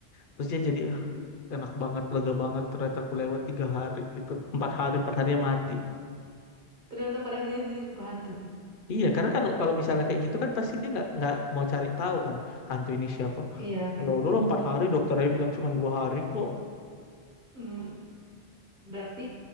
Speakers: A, on the left; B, on the right.
A: terus dia jadi "Ah,
B: Mm.
A: enak banget lega banget ternyata aku lewat tiga hari gitu empat hari empat harinya mati
B: Ternyata pada harinya dia jumpa hantu.
A: iya karena kalau kalau misalnya kayak gitu kan pasti dia nggak nggak mau cari tahu kan hantu ini siapa
B: Iya.
A: ya udah lah, empat hari dokternya bilang cuma dua hari kok
B: Mm. Berarti